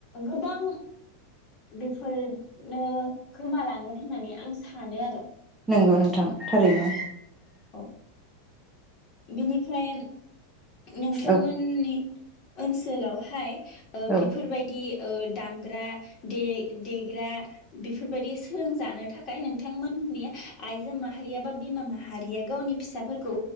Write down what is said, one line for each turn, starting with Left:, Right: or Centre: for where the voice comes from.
Left: गोबां बेफोरनो खोमालांगोन होननानै आं सा सानो आरो
Centre: नोंगौ नों थारैनो
Left: औ औ बेनिफ्राय नोंथांमोननि
Centre: औ
Left: ओनसोलावहाय ओ
Centre: औ
Left: बिफोरबायदि ओ दामग्रा देग्रा बेफोरबायदि सोलोंजानो थाखाय नोंथांमोननि आइजो माहारिया बा बिमा माहारि हारिया गावनि फिसाफोरखौ